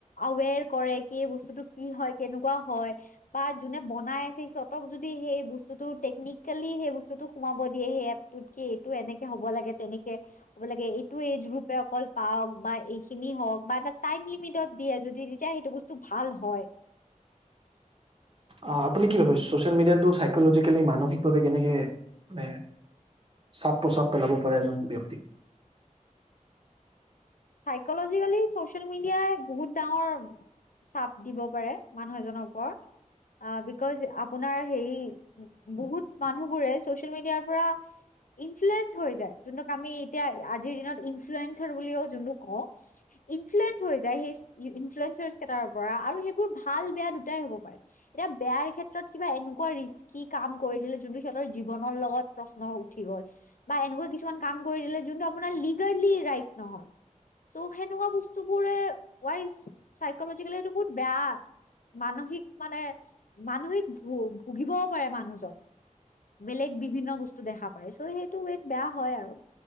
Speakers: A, on the left; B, on the right.
A: আৱেৰ কৰে কি এই বস্তুটো কি হয় কেনেকুৱা হয় বা যোনে বনাই আছে সিহঁতক যদি সেই বস্তুটো টেকনিকেলি সেই বস্তুটো সোমাব দিয়ে সেয়াটোত কি এনেকে হ'ব লাগে তেনেকে হ'ব লাগে এইটো এইজ গ্ৰুপে অকল পাওক বা এইখিনি হওক বা এটা টাইম লিমিটত দিয়ে যদি তেতিয়া সেইটো বস্তু ভাল হয়।
B: আহ আপুনি কি ভাবে ছচিয়েল মিডিয়াতটো চাইকলজিকেলি মানসিকভাৱে কেনেকে মানে চাপ প্ৰচাপ পেলাব পাৰে এজন ব্যক্তিক?
A: চাইকলজিকেলি চচিয়েল মিডিয়াই বহুত ডাঙৰ চাপ দিব পাৰে মানুহ এজনৰ ওপৰত বিকজ আপোনাৰ হেৰি বহুত মানুহবোৰে চচিয়েল মিডিয়াৰ পৰা ইনফ্লোয়েঞ্চ হৈ যায় যোনটোক আমি এতিয়া আজিৰ দিনত ইনফ্লোয়েঞ্চ বুলিও যোনটোক কওঁ ইনফ্লোয়েঞ্চ হৈ যায় সেই ইনফ্লোয়েঞ্চাৰচ টাৰ পৰা আৰু সেইবোৰ ভাল বেয়া দুটাই হব পাৰে এতিয়া বেয়াৰ ক্ষেত্ৰত কিবা এনেকুৱা ৰিস্কি কাম কৰি দিলে যোনটো সিহঁতৰ জীৱনৰ লগত প্ৰশ্ন উঠি গল বা এনেকুৱা কিছুমান কাম কৰি দিলে যোনটো আপোনাৰ লিগেলি ৰাইট নহয় চ' সেনেকুৱা বস্তুবোৰে ৱাইজ চাইকলজিকেলি এইটো বহুত বেয়া মানসিক মানে মানসিক ভু-ভুগিবও পাৰে মানুহজন বেলেগ বিভিন্ন বস্তু দেখা পায় চ' সেইটো ৱেত বেয়া হয় আৰু